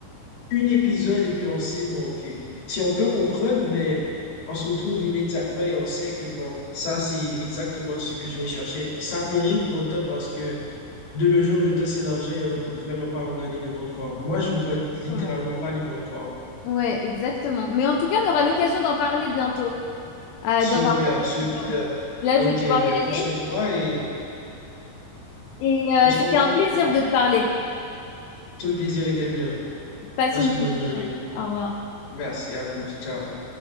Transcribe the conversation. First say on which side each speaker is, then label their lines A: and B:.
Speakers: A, on the left; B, on the left.
A: une épisode et puis on sait, bon, OK. Si on peut comprendre, mais on se retrouve immédiatement et on sait que, bon, ça, c'est exactement ce que je recherchais. Ça mérite mon temps parce que de nos jours, le temps, c'est l'argent et on peut vraiment pas regarder n'importe quoi. Moi, je regarde littéralement
B: exactement.
A: pas n'importe quoi.
B: Ouais, exactement. Mais en tout cas, on aura l'occasion d'en parler bientôt, euh,
A: Super,
B: dans un prochain.
A: super.
B: Là,
A: Ah,
B: je
A: Ok,
B: vais devoir
A: ben
B: y aller.
A: prends soin de toi et
B: Et euh,
A: on se
B: c'était un plaisir
A: renvoie.
B: de te parler.
A: Tout le plaisir était mien.
B: Passe
A: Passe
B: une
A: une bonne
B: bonne journée.
A: journée.
B: Au revoir.
A: Merci, à plus. Ciao.